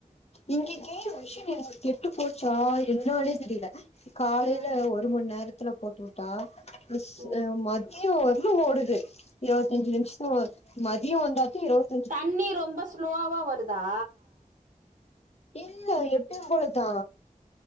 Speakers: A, on the left; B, on the right.
A: இங்க கேக் மிஷன் கெட்டு போச்சா என்னான்னே தெரியல காலேயில
B: ம்
A: ஒரு மண் நேரத்துல போட்டு வுட்டா மிஷ்
B: ம்
A: அ மத்திய வரைக் கு ஓடுது இருவத்தஞ்சு நிமிஷொ மதிய வந்தாதா இருவத்
B: தண்ணி ரொம்ப ஸ்லோவா வருதா
A: இல்ல எப்பயு போலத்தா